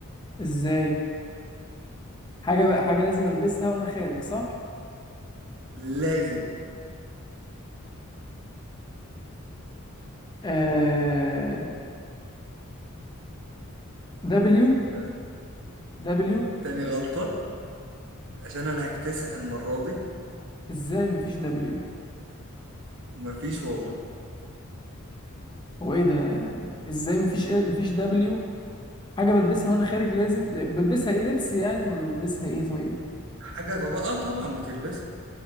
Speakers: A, on the left; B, on the right.
A: ازاي حاجة بقى حاجة لازم البسها وانا خارج صح
B: لازم
A: آه... دبليو
B: آه.
A: دبليو
B: تاني غلطة عشان انا هكتسح المرة دي
A: ازاي مفيش دبليو
B: مفيش والله
A: هو ايه ده ازاي مفيش إيه، مفيش دبليو حاجه بلبسها وانا خارج لازم بلبسها ايه لبس يعني ولا بلبسها ايه طيب
B: حاجة طب... اه طبعا بتلبسها